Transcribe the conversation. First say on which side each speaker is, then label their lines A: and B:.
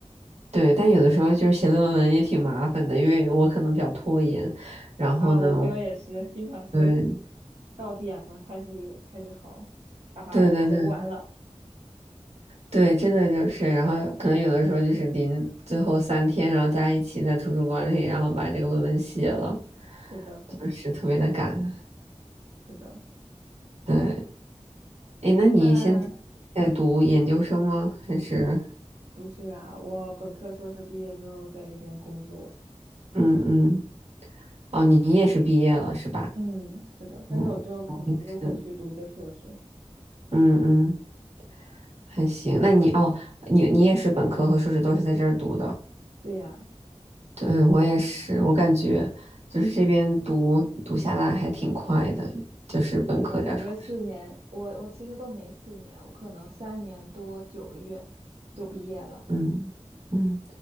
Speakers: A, on the right; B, on the right.
A: 对，但有的时候就是写论文也挺麻烦的，因为我可能比较拖延，然后呢，
B: 啊，我朋友也是，经常是
A: 嗯，
B: 到点了开始开始嚎，啊，哈，
A: 对对对。
B: 写不完了。
A: 对，真的就是，然后可能有的时候就是临最后三天，然后加一起在图书馆里，然后把这个论文写了，
B: 是的，是的
A: 就是特别的赶。
B: 是的。
A: 对，诶，那你现在在读研究生吗？
B: 那
A: 还是，
B: 不是啊，我本科、硕士毕业就在这边工作。
A: 嗯嗯，哦，你也是毕业了是吧？
B: 嗯，是的，但是我之后可能又会去读一个硕士。
A: 嗯，我也是，嗯嗯，还行。那你哦，你你也是本科和硕士都是在这儿读的？
B: 对呀。
A: 对，我也是，我感觉就是这边读读下来还挺快的，就是本科加硕。
B: 是的，感觉四年，我我其实都没四年，我可能三年多九个月就毕业了，
A: 嗯嗯，